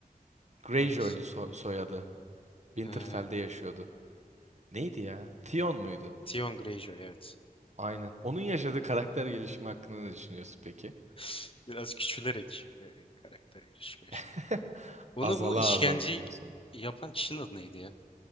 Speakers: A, on the right; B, on the left.
A: Greyjoy'du
B: Hangisi?
A: so- soyadı. Winterfell'de
B: Ee,
A: yaşıyordu. Neydi ya? Tion muydu?
B: Theon Greyjoy evet.
A: Aynen. Onun yaşadığı karakter gelişimi hakkında ne düşünüyorsun peki?
B: <laughs> Biraz küçülerek e, karakter erişimi yaşandı.
A: <laughs>
B: Onu
A: Azala
B: bu işkenceyi
A: azala diyorsun.
B: yapan kişinin adı neydi ya?